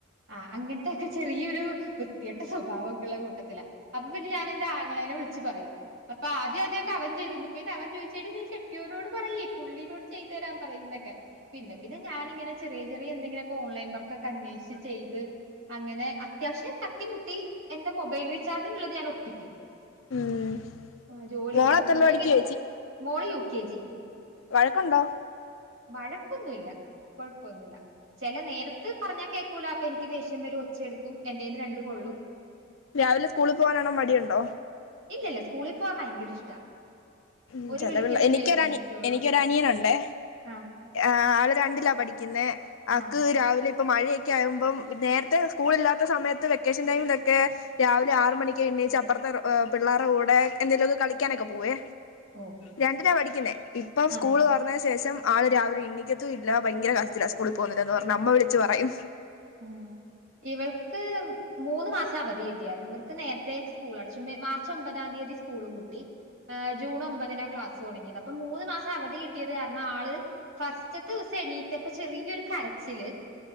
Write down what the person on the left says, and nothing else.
ഉം
മോള്
എത്രയില്
പഠിക്കുവാ
വഴക്കൊണ്ടോ
രാവിലെ സ്കൂളിൽ പോവാനാണം മടിയുണ്ടോ
ഉം
ചെല
പിള്ളേ
എനിക്കൊരനി
എനിക്കൊരനിയനുണ്ടേ
ആഹ് ആള് രണ്ടിലാ പഠിക്കുന്നെ ആക്ക്
രാവിലെ ഇപ്പം മഴയൊക്കെ ആവുമ്പം നേരത്തെ സ്കൂളില്ലാത്ത സമയത്ത് വെക്കേഷൻ ടൈമിലൊക്കെ രാവിലെ ആറ് മണിക്കേ എണ്ണീച്ച് അപ്പുറത്തെ ഏഹ് പിള്ളാറ കൂടെ കൂടെ എന്തെങ്കിലൊക്കെ കളിക്കാനൊക്കെ പോവേ
രണ്ടിനാ പഠിക്കുന്നേ ഇപ്പം
സ്കൂള് തൊറന്നേന് ശേഷം ആള് രാവിലെ ഇണീക്കത്തും ഇല്ല ഭയങ്കര കാരച്ചിലാ സ്കൂളിൽ പോകുന്നില്ലാന്ന് പറഞ്ഞ് അമ്മ വിളിച്ച് പറയും